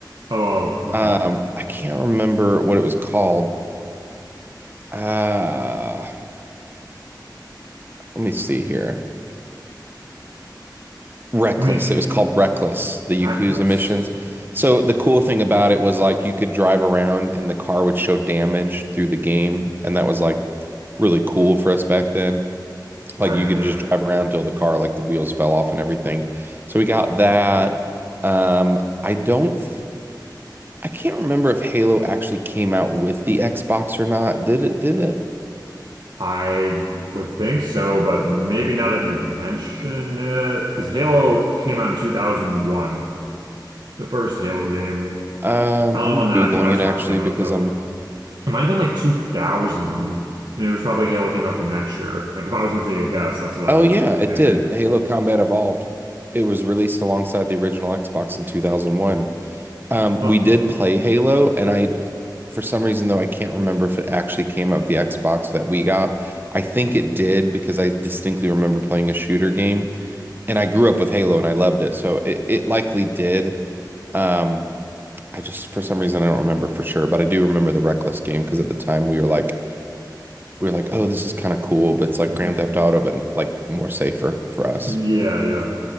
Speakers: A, on the right; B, on the right.
A: Oh, oh, okay.
B: Um, I can't remember what it was called. Uh, let me see here. Reckless.
A: I mean, it's
B: It was called Reckless, the
A: reckless,
B: Yakuza missions. So the cool thing about it was like you could drive around and the car would show damage through the game, and that was like really cool for us back then.
A: right?
B: Like you could
A: Yeah,
B: just drive around till the car, like the wheels fell off and everything. So we got that. Um, I don't, I can't remember if Halo actually came out with the Xbox or not. Did it? Did it?
A: I would think so, but maybe now that you mention it, because Halo came out in 2001, the first Halo game.
B: Um,
A: I don't
B: I'm
A: know when
B: Googling
A: the actual Xbox
B: it actually
A: came
B: because
A: out though.
B: I'm,
A: It might have been like 2000, and it was probably Halo came out the next year. Like if I was gonna take a guess, that's what I
B: oh
A: would
B: yeah,
A: be
B: it
A: thinking.
B: did. Halo Combat Evolved. It was released alongside the original Xbox in 2001. Um,
A: Oh,
B: we did play Halo, and I, for some reason though, I can't remember if it actually came out with the Xbox that we got. I think it did because I distinctly remember playing a shooter game, and I grew up with Halo and I loved it, so it, it likely did. Um, I just for some reason I don't remember for sure, but I do remember the Reckless game because at the time we were like we were like, oh, this is kind of cool, but it's like
A: mhm.
B: Grand Theft Auto, but like more safer for us.
A: yeah, yeah.